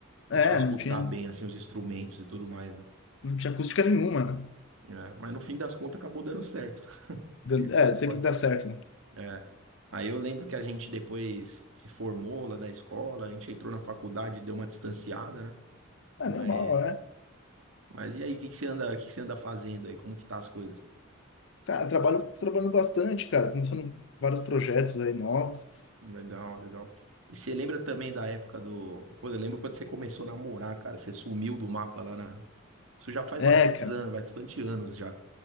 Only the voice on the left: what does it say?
É,
não tinha,
não tinha acústica nenhuma, né?
Dan-
É,
sempre dá certo, né?
É
normal, é.
Cara, trabalho, tô trabalhando bastante, cara. Começando vários projetos aí novos.
É,
cara,